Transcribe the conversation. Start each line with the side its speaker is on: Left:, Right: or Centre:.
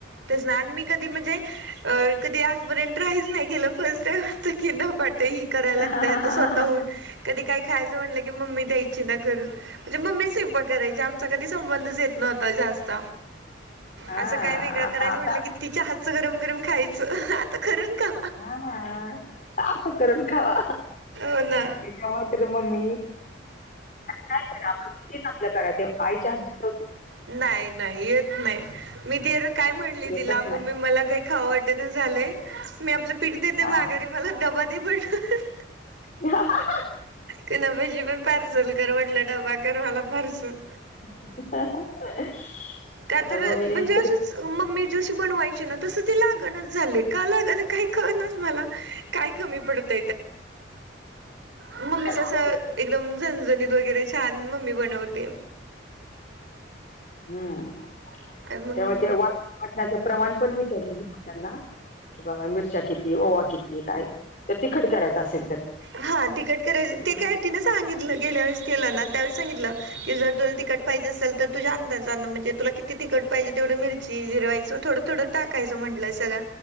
Right: तेस ना मी कधी म्हणजे अ कधी आजपर्यंत ट्राईज नाही केलं फर्स्ट टाईम कि तेही करायला लागत
Left: हा
Right: आता स्वतःहून. कधी काय खायचं म्हटलं की मम्मी द्यायची ना करून म्हणजे मम्मी स्व करायचे आमचा कधी संबंध येत नव्हता जास्त.
Left: हा
Right: असं काय वेगळं
Left: आता
Right: करायचं
Left: आता
Right: म्हटलं कि तिच्या हातचं गरम गरम खायचं आता खरण का.
Left: हा करून खावा
Right: हो ना
Left: एच्या अरे मम्मी नाही का आपण किती चांगलं करा ते आईच्या हद्दी
Right: नाही नाही येत नाही मी ति काय म्हणली
Left: येतच
Right: तिला मी
Left: नाही
Right: मला काय? खाव वाटन झालंय मी आपलं पीठ देते
Left: हा
Right: माघारी मला दडबा दे पडत.
Left: ह.
Right: क ना पाजी पण पार्सल कर म्हटलं डबा कर मला पार्सल.
Left: <inaudible>
Right: त्या तर
Left: मम्मीने
Right: म्हणजे अशीच
Left: तरी
Right: मम्मी जशी बनवायची ना तस ते लागणच झाले का लाग काय ख ना मला काय कमी पडत. म
Left: काहीतरी
Right: जस
Left: कर
Right: एकदम झणझणीत वगैरे छान मम्मी बनवते.
Left: हम्म
Right: मग
Left: त्यामुळे ते वाट वाटण्याचं प्रमाण पण विचारून घ त्यांना कि बाबा मिरच्या किती ओवा किती काय तर तिखट करायचं असेल. तर
Right: हा तिकट करायचं
Left: तर
Right: ते
Left: मग
Right: काय? ति सांगितलं गेल्या वेळे केलं ना त्यावेळेस सांगितलं की जर तुला तिकट पाहिजे असेल तर तुझ्या अंदाज म्हणजे तुला ते तिकट पाहिजे तेवढ मी जिरवायच थोडं थोडं टाकायचं म्हटलं सगळं